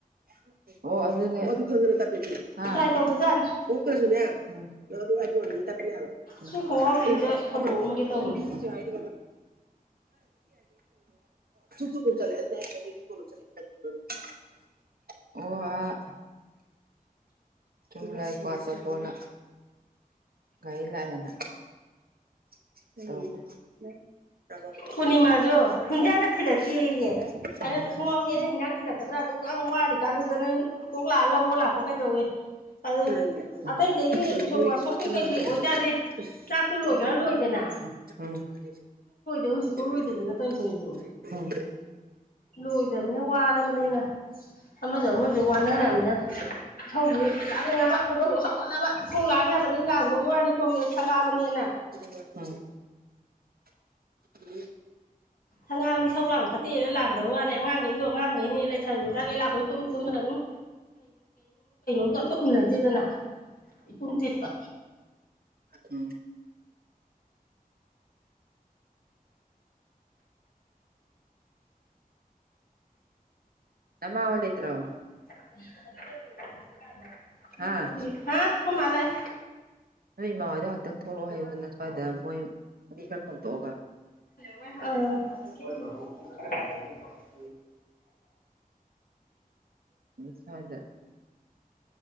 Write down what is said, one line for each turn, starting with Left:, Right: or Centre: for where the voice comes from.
Right: <unintelligible> ꯑꯣ ꯑꯗꯨꯅꯦ ꯑꯗꯨ ꯈꯪꯗꯅ ꯇꯞꯄꯦꯇꯨ ꯑ <unintelligible>
Left: ꯗ꯭ꯔꯥꯏ ꯇꯧꯗꯖꯥꯠꯅꯤ
Right: ꯑ ꯅꯪ ꯑꯗꯨ ꯍꯥꯏꯕ ꯑꯣꯏꯔꯝꯃꯗꯤ ꯇꯞꯄ ꯌꯥꯕ
Left: ꯁꯤ ꯈꯣꯡꯒ꯭ꯔꯥꯎꯁꯦ
Right: ꯁꯤ ꯅꯠꯇꯔꯣ
Left: ꯑꯝꯇ ꯐꯧꯗꯣꯛꯑꯝꯃꯒꯦ
Right: ꯀꯔꯝꯕꯅꯣ
Left: ꯇꯧꯕꯅꯤ
Right: <unintelligible> ꯕꯤꯖꯤꯁꯨ ꯍꯥꯏ <unintelligible> <unintelligible> ꯊꯨꯛ ꯊꯨꯛ ꯑꯗꯨꯝ ꯆꯠꯂꯦ <unintelligible> ꯑꯣ ꯑ <unintelligible> ꯀ꯭ꯋꯥꯇꯞꯄꯣꯅ ꯒꯥꯔꯤ ꯂꯥꯛꯑꯦꯅ꯫ ꯇꯧꯕ <unintelligible>
Left: ꯄꯨꯔꯅꯤꯃꯥꯁꯨ ꯍꯤꯟꯖꯥꯡꯒ ꯊꯤꯜꯂꯛꯇꯦꯌꯦ
Right: <unintelligible>
Left: ꯑꯩꯅ <unintelligible> ꯑꯩꯅ ꯍꯤꯟꯖꯥꯡ ꯊꯤꯜꯂꯛꯀꯗ꯭ꯔꯥ ꯑꯗꯨꯌꯥꯝ ꯋꯥꯔꯤ ꯀꯥꯟꯗꯨꯗ ꯅꯪ ꯀꯣꯛ ꯂꯥꯛꯑ ꯂꯧꯕ ꯂꯥꯛꯄ ꯀꯩꯗꯧꯋꯦ꯫ ꯑꯗꯨ
Right: ꯅꯍꯥꯟ
Left: ꯑꯇꯩ ꯑꯇꯩꯒꯤ ꯎꯁꯣꯞ
Right: ꯐꯤꯔꯣꯏꯒ
Left: ꯋꯥꯁꯣꯛꯞꯀꯤ
Right: ꯑꯃꯠꯇ
Left: ꯀꯩ
Right: ꯂꯥꯛꯇꯦ
Left: ꯀꯩ ꯑꯣꯏꯇꯥꯔꯗꯤ
Right: ꯍꯥꯏꯕ ꯑꯁ
Left: ꯆꯥꯛꯇꯨ ꯂꯣꯏꯒꯔꯥ ꯂꯣꯏꯗꯅ꯫
Right: <unintelligible>
Left: ꯗꯨ ꯍꯧꯖꯤꯛꯄꯧ
Right: ꯍꯣꯏ
Left: ꯂꯣꯏꯗꯗꯅ ꯇꯧꯔꯤꯖꯤꯅꯦꯇꯨ꯫ ꯂꯣꯏꯗ꯭ꯔꯕꯅꯤꯅ ꯋꯥꯔꯕꯅꯤꯅ ꯑꯃꯖꯨ ꯑꯃꯖꯨ ꯋꯥꯅꯔꯕꯅꯤꯅ꯫ ꯏꯁꯧꯖꯨ꯫ ꯂꯥꯡꯅꯤꯡꯉꯕ ꯈꯣꯏꯗꯧꯗꯣ ꯁꯥꯎꯒꯠꯂꯕ ꯇꯁꯧ ꯂꯥꯡꯕ ꯌꯥꯗꯕꯩ ꯂꯥꯟꯗꯕꯩ ꯋꯥꯅꯤ ꯀꯣ ꯁꯪꯒꯥꯕꯅꯦꯅ꯫
Right: <unintelligible> ꯎꯝ <unintelligible>
Left: ꯁꯪꯒꯥꯕꯅꯤ ꯏꯁꯧ ꯂꯥꯡ ꯐꯠꯇꯦꯅ ꯂꯥꯡꯗꯕ ꯋꯥꯅꯤ ꯑꯉꯥꯡꯈꯩꯁꯨ ꯑꯉꯥꯡꯈꯩꯅꯤ ꯂꯩꯁꯥꯕꯤ ꯃꯆꯥꯥꯏꯒꯩ ꯂꯥꯛꯄ ꯇꯨꯝ ꯇꯨꯝꯗꯅ ꯑꯗꯨꯝ <unintelligible> ꯑꯝꯇ ꯎꯅꯗꯦꯗꯅ ꯏꯄꯨꯡ ꯊꯦꯠꯄ꯫
Right: ꯎꯝ ꯅꯃꯥꯍꯣꯏ ꯂꯩꯇꯔꯣ꯫
Left: <unintelligible>
Right: ꯍꯥ
Left: ꯍꯥ ꯑꯩꯈꯣꯏꯃꯥ ꯂꯩ꯫
Right: ꯅꯣꯏ ꯏꯃꯥ ꯍꯣꯏꯗ ꯉꯥꯛꯇꯪ ꯊꯣꯛꯂꯛꯑꯣ ꯍꯥꯏꯌꯨꯗꯅ <unintelligible> ꯁ꯭ꯋꯥꯏꯗ ꯃꯣꯏ ꯃꯤ ꯈꯔ ꯈꯣꯝꯇꯣꯛꯑꯒ꯫
Left: <unintelligible> ꯑꯥ <unintelligible>
Right: <unintelligible> <unintelligible> ꯁꯋꯥꯏꯗ꯫